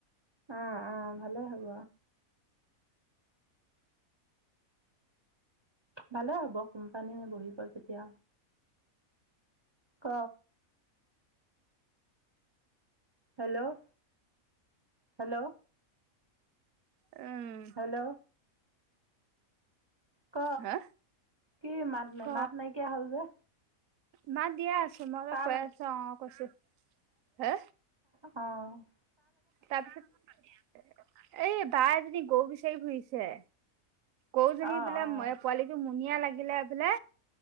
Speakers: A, on the right; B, on the right.
A: অ', অ', ভালে হ'ব ভালে হ'ব কোম্পানী বহিব যেতিয়া। ক। Hello hello.
B: উম।
A: হেল্ল'। ক
B: হা
A: কি মাত নাই
B: ক
A: মাত মাত নাইকিয়া হ'ল যে?
B: মাত দিয়ে আছো মই
A: কাৰ
B: কৈ
A: লগ
B: আছো অ' অ' কৈছো হা।
A: অ'।
B: তাৰপিছত এ বা এজনী গৰু বিচাৰি ঘুৰিছে। গৰুজনী
A: অঁ
B: বোলে
A: অঁ
B: পোৱালিটো মুনিয়া লাগিলে বোলে।